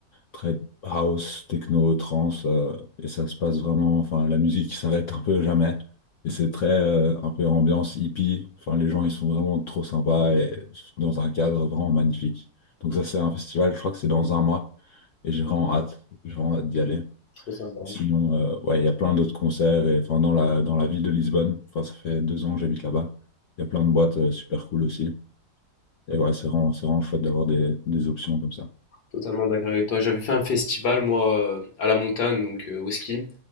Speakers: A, on the left; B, on the left.
A: très house, techno, trance, euh, et ça se passe vraiment, enfin, la musique <laughs> s'arrête un peu jamais, et c'est très, euh, un peu ambiance hippie, enfin, les gens, ils sont vraiment trop sympas, et dans un cadre vraiment magnifique. Donc ça, c'est un festival, je crois que c'est dans un mois, et j'ai vraiment hâte, j'ai vraiment hâte d'y aller.
B: Trop sympa.
A: Sinon, euh, ouais, il y a plein d'autres concerts, et enfin, dans la, dans la ville de Lisbonne, enfin, ça fait deux ans que j'habite là-bas, il y a plein de boîtes, euh, super cool aussi, et ouais, c'est vraiment, c'est vraiment chouette d'avoir des, des options comme ça.
B: Totalement d'accord avec toi. J'avais fait un festival, moi, euh, à la montagne, donc euh, au ski.